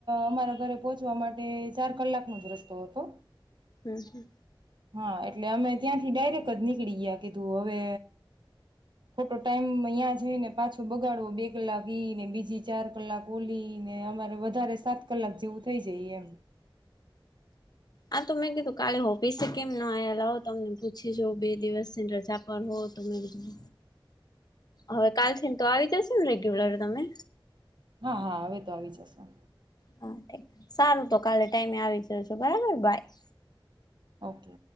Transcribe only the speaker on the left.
હમ હમ
આ તો મેં કીધું કાલે ઓફિસે કેમ ના આલા હો તમને પૂછી જ બે દિવસથી રજા પર હોવ તો મેં કીધું હવે કાલ થીને તો આવી જશે ને રેગ્યુલર તમે
હા સારું તો કાલે ટાઈમે આવી જજો બરાબર બાય